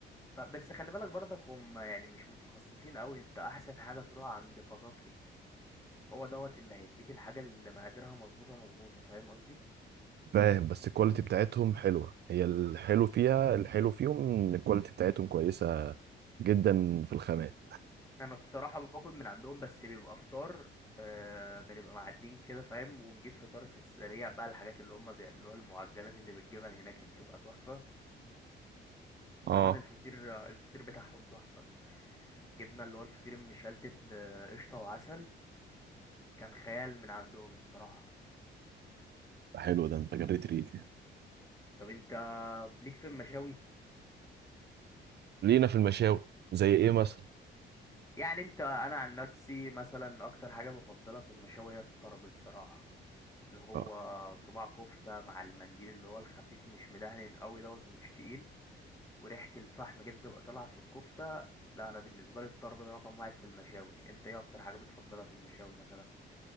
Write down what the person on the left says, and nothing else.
ف- بس خلي بالك برضك هم يعني مش متخصصين قوي انت احسن حاجة تروح عند فطاطري هو دوت اللي هيديك الحاجة اللي مقاديرها مظبوطة مظبوطة فاهم قصدي
انا بصراحة باكل من عندهم بس بيبقى فطار آه بنبقى معدين كده فاهم ونجيب فطار في السريع بقى الحاجات اللي هم بيعملوها المعجنات اللي بالجبن هناك دي بتبقى تحفة وكمان
الفطير الفطير بتاعهم تحفة جبنا اللي هو الفطير المشلتت بقشطة وعسل كان خيال من عندهم الصراحة
طب انت ليك في المشاوي
طب يعني انت انا عن نفسي مثلا اكتر حاجه بفضلها في المشاوي هي الطرب الصراحه اللي هو
صباع كفته مع المنديل اللي هو الخفيف مش مدهن قوي دوت ومش تقيل وريحه الفحم كده تبقى طالعه في الكفته لا انا بالنسبه لي الطرب ده رقم واحد في المشاوي انت ايه اكتر حاجه بتفضلها في المشاوي مثلا